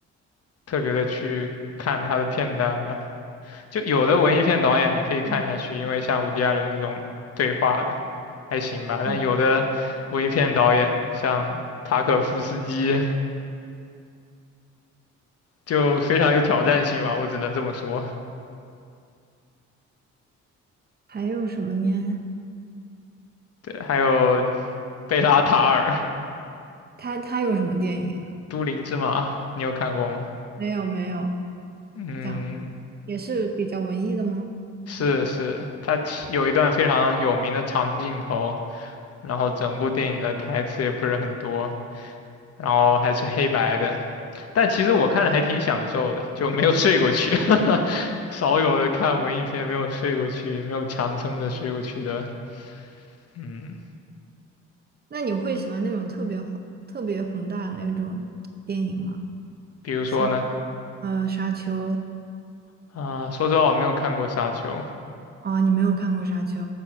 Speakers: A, on the left; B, on the right.
A: 特别的去看他的片单吧。就有的文艺片导演你可以看下去，
B: 嗯
A: 因为像伍迪·艾伦这种对话的还行吧。但有的文艺片导演像塔可夫斯基
B: 嗯，
A: 就非常有挑战性吧，我只能这么说。
B: 还有什么呢？
A: 对，还有贝拉塔尔、
B: 他他有什么电影啊？
A: 都灵之马，你有看过吗？
B: 没有没有，
A: 嗯，
B: 讲，也是比较文艺的吗？
A: 是是，他其有一段非常有名的长镜头。然后整部电影的台词也不是很多，然后还是黑白的，但其实我看了还挺享受的，就没有睡过去 <laughs>，少有的看文艺片没有睡过去，没有强撑着睡过去的，嗯，
B: 那你会喜欢那种特别宏特别宏大的那种电影吗？
A: 比如说呢，
B: 像呃《沙丘》
A: 啊、呃说实话我没有看过《沙丘》，
B: 啊，你没有看过《沙丘》，